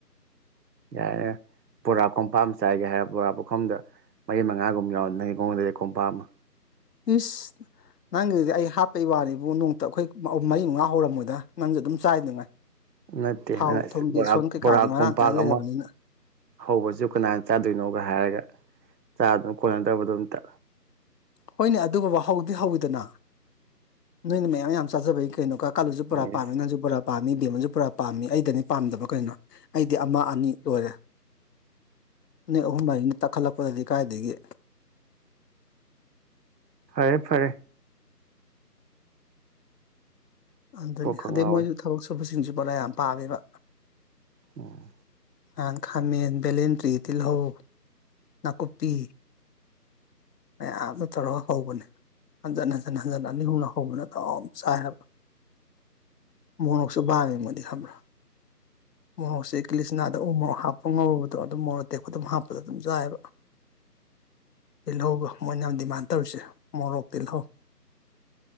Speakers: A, on the right; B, on the left.
A: ꯌꯥꯏꯦ ꯄꯨꯕꯣꯔꯥ ꯀꯣꯄꯥꯝ ꯆꯥꯏꯒꯦ ꯍꯥꯏ ꯕꯣꯔꯥ ꯄꯨꯝꯗ ꯃꯩ ꯃꯉꯥꯒꯨꯝꯕ ꯌꯥꯎ ꯃꯣꯡꯣꯟꯗ ꯑꯩ ꯈꯣꯝ ꯄꯥꯝꯃ
B: ꯏꯁ ꯅꯪꯒꯤꯗꯨꯗꯤ ꯑꯩ ꯍꯥꯞꯄꯩ ꯋꯥꯔꯤꯕ ꯅꯣꯡꯇ ꯑꯩꯈꯣꯏ ꯃꯔꯤ ꯃꯉꯥ ꯍꯧꯔꯝꯃꯣꯏꯗ ꯅꯪꯁꯨ ꯑꯗꯨꯝ ꯆꯥꯏꯗꯨꯉꯥꯏ
A: ꯅꯠꯇꯦ
B: ꯊꯥꯎ
A: ꯅꯪ
B: ꯊꯨꯝ ꯕꯦꯁꯣꯟ
A: ꯕꯣꯔꯥꯛ
B: ꯀꯩꯀꯥꯗꯤ
A: ꯕꯣꯔꯥꯛ
B: ꯃꯔꯥꯡ
A: ꯀꯣꯝꯄꯥꯛ
B: ꯀꯥꯏ ꯂꯩꯔꯕꯅꯤꯅ
A: ꯑꯃ ꯍꯧꯕꯁꯨ ꯀꯅꯥꯅ ꯆꯥꯗꯣꯏꯅꯣꯒ ꯍꯥꯏꯔꯒ ꯆꯥ ꯑꯗꯨ ꯀꯣꯟꯅꯗꯕꯗꯣ ꯑꯝꯇ
B: ꯍꯣꯏꯅꯦ ꯑꯗꯨꯒꯕ ꯍꯧꯗꯤ ꯍꯧꯋꯤꯗꯅ ꯅꯣꯏꯅ ꯃꯌꯥꯝ ꯌꯥꯝ ꯆꯥꯖꯕꯩ ꯀꯩꯅꯣ ꯀꯥ ꯀꯥꯂꯨꯁꯨ ꯄꯨꯔꯥ
A: ꯑꯦꯁ
B: ꯄꯥꯃꯤꯅꯁꯨ ꯄꯨꯔꯥ ꯄꯥꯝꯃꯤ ꯕꯦꯝꯃꯁꯨ ꯄꯨꯔꯥ ꯄꯥꯝꯃꯤ ꯑꯩꯗꯅꯤ ꯄꯥꯝꯗꯕ ꯀꯩꯅꯣ ꯑꯩꯗꯤ ꯑꯃ ꯑꯅꯤ ꯂꯣꯏꯔꯦ ꯑꯅꯤ ꯑꯍꯨꯝ ꯃꯔꯤꯅꯤ ꯇꯛꯈꯠꯂꯛꯄꯗꯗꯤ ꯀꯥꯏꯗꯒꯤ
A: ꯐꯔꯦ ꯐꯔꯦ
B: ꯑꯗꯨꯅꯤ
A: ꯀꯣꯛꯀ
B: ꯑꯗꯩ
A: ꯉꯥꯎꯋꯦ
B: ꯃꯣꯏꯁꯨ ꯊꯕꯛꯁ ꯑꯇꯣꯞꯄꯁꯤꯡꯁꯤꯁꯨ ꯄꯨꯂꯥ ꯌꯥꯝ ꯄꯥꯝꯃꯦꯕ
A: ꯑꯣ
B: ꯅ ꯈꯃꯦꯟ ꯕꯂꯟ꯭ꯔꯤꯇꯂ ꯍꯣ ꯅꯥꯀꯨꯞꯄꯤ ꯃꯌꯥꯝ ꯑꯃ ꯇꯧꯔꯒ ꯍꯧꯕꯅꯦ ꯍꯟꯖꯟ ꯍꯟꯖꯤꯟ ꯍꯟꯖꯟ ꯑꯅꯤꯍꯨꯝꯅ ꯍꯧꯕꯅ ꯑꯗꯨꯝ ꯆꯥꯏ ꯍꯥꯏꯕ ꯃꯣꯔꯣꯛꯁꯨ ꯄꯥꯝꯃꯦ ꯃꯗꯤ ꯈꯪꯕ꯭ꯔꯥ ꯃꯣꯔꯣꯛꯁꯦ ꯀꯂꯤꯆꯅꯥꯗ ꯎ ꯃꯣꯔꯣꯛ ꯍꯥꯞꯄ ꯉꯧꯔꯨꯕꯗꯣ ꯑꯗꯨꯝ ꯃꯣꯔꯣꯛ ꯇꯦꯛꯄ ꯑꯗꯨꯝ ꯍꯥꯞꯄꯗ ꯑꯗꯨꯝ ꯆꯥꯏꯑꯕ ꯇꯤꯜꯍꯧꯒ ꯃꯣꯏꯅ ꯑꯃ ꯗꯤꯃꯥꯟ ꯇꯧꯔꯤꯁꯦ ꯃꯣꯔꯣꯛ ꯇꯤꯜꯍꯧ